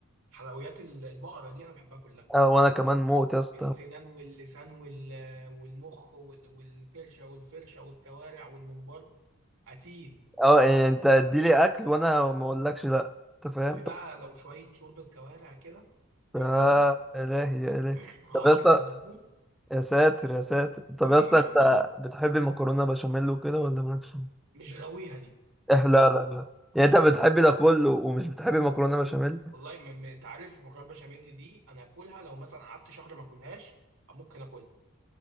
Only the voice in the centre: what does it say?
آه وانا كمان موت يا اسطى
اه يعني انت اديلي اكل وانا ما اقولكش لا انت فاهم
طب
يا
الهي يا الهي
طب يا اسطى
يا ساتر يا ساتر طب
يا اسطى انت بتحب مكرونه بشاميل وكده ولا مالكش فيها؟
اه لا لا لا يعني انت بتحب ده كله ومش بتحب مكرونه بشاميل